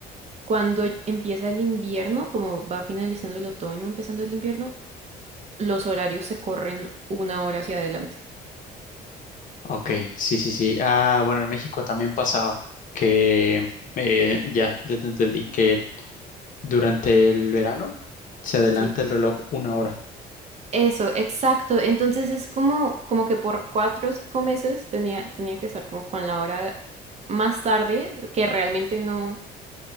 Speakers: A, on the right; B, on the left.
A: Cuando empieza el invierno, como va finalizando el otoño, empezando el invierno, los horarios se corren una hora hacia adelante.
B: Ok, sí, sí, sí. Ah, bueno, en México también pasaba que, eh, ya, ya te entendí, que durante el verano se adelanta
A: Sí.
B: el reloj una hora.
A: Eso, exacto. Entonces es como, como que por cuatro o cinco meses tenía, tenía que estar como con la hora más tarde, que realmente no,